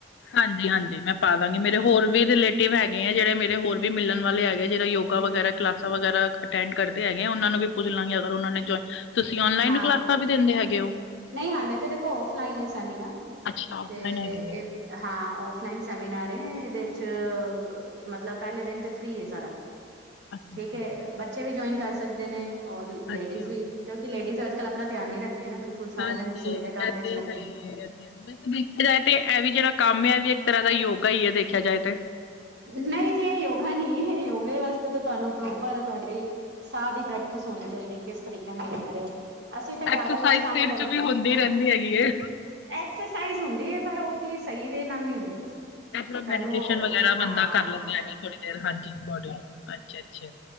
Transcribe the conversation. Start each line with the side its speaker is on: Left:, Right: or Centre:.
Left: ਹਾਂਜੀ, ਹਾਂਜੀ ਮੈਂ ਪਾ ਦਾਂਗੀ, ਮੇਰੇ ਹੋਰ ਵੀ ਰਿਲੇਟਿਵ ਹੈਗੇ ਐ ਜੇੜੇ ਮੇਰੇ ਹੋਰ ਵੀ ਮਿਲਨ ਵਾਲੇ ਹੈਗੇ ਜੇੜਾ ਯੋਗਾ
Right: ਹਮ
Left: ਵਗੈਰਾ ਕਲਾਸਾਂ ਵਗੈਰਾ ਅਟੈਂਡ ਕਰਦੇ ਹੈਗੇ ਐਂ ਓਨਾਂ ਨੂੰ ਵੀ ਪੁੱਛ ਲਾਂਗੀ ਅਗਰ ਓਨਾਂ ਨੇ ਜੋਏ ਤੂਸੀ ਔਨਲਾਈਨ
Right: ਹਾਂ
Left: ਕਲਾਸਾਂ ਵੀ ਦੇਂਦੇ ਹੈਗੇ ਓ?
Right: ਨਹੀਂ ਹੱਲੇ ਤੇ ਦੇਖੋ ਓਫਲਾਈਨ ਏ ਸੈਮੀਨਾਰ,
Left: ਅੱਛਾ ਔਫਲਾਈਨ
Right: ਤੇ
Left: ਹੈਗੀ ਹੈ
Right: ਹਾਂ ਔਫਲਾਈਨ ਸੈਮੀਨਾਰ ਏ ਏਦੇ ਚ ਮਤਲਬ ਪੈਲੇ ਦਿਨ ਤੇ ਫ੍ਰੀ ਏ ਸਾਰਾ।
Left: ਅੱਛਾ
Right: ਠੀਕ
Left: ਅੱਛਾ
Right: ਐ, ਬੱਚੇ ਵੀ ਜੋਏਨ ਕਾਰ ਸਕਦੇ ਨੇ ਔਰ ਲੇਡੀਜ਼
Left: ਅੱਛਾ
Right: ਵੀ। ਕਿਉਂਕਿ ਲੇਡੀਜ਼ ਅਜ-ਕਲ ਆਪਣਾ ਧੇਆਨ ਨੀ ਰੱਖਦੀਆਂ ਨਾ ਬਿਲਕੁਲ ਸਾਰਾ
Left: ਹਾਂਜੀ
Right: ਦਿਨ ਰਸੋਈ
Left: ਇਹ
Right: ਦੇ ਕਾੰਮ ਵਿੱਚ
Left: ਤੇ
Right: ਲੱਗੀਆਨ।
Left: ਹੈ ਹੀ ਹੈ ਇਹ ਵੈਸੇ ਦੇਖੇਆ ਜਾਏ ਤੇ ਐ ਵੀ ਜੇੜਾ ਕਾੰਮ ਏ, ਐਵੀ ਏੱਕ ਤਰਾਂ ਦਾ ਯੋਗਾ ਈ ਏ ਦੇਖੇਆ ਜਾਏ ਤੇ।
Right: ਨਹੀਂ ਜੇ ਯੋਗਾ ਨੀ ਏ ਯੋਗੇ ਵਾਸਤੇ ਤੇ ਤੂਆਨੂੰ ਪ੍ਰੋਪਰ ਤੂਆਡੀ ਸਾਹ ਦੀ ਪ੍ਰੈਕਟਿਸ ਹੋਣੀ ਚਾਈਦੀ ਏ ਕਿਸ ਤਰੀਕੇ ਨਾਲ ਲੈ ਰੇ ਓ। ਅਸੀ ਤੇ
Left: ਐਕਸਰਸਾਈਜ਼
Right: ਘਾਰ ਉਵੇਂ ਕਾੰਮ
Left: ਤੇ ਇਹਦੇ
Right: ਕਰ
Left: ਚ ਵੀ ਹੁੰਦੀ
Right: ਹਾ।
Left: ਰਹਿੰਦੀ ਹੈਗੀ ਹੈ
Right: ਐਕਸਰਸਾਈਜ਼ ਹੁੰਦੀ ਐ ਪਰ ਓ ਕੀ ਸਈ ਵੇਅ ਨਾਲ ਨੀ ਹੁੰਦੀ।
Left: ਦੇਖ
Right: ਤੁਹਾਨੂੰ
Left: ਲੋ ਮੈਡੀਟੇਸ਼ਨ ਵਗੇਰਾ
Right: ਹਾਂ
Left: ਬੰਦਾ ਕਾੱਰ ਲੈਂਦਾ
Right: ਹਾਂ
Left: ਹੈਗਾ ਥੋੜੀ ਦੇਰ ਹਾਂਜੀ ਬੋਡੀ ਨੂੰ, ਅੱਛ, ਅੱਛ।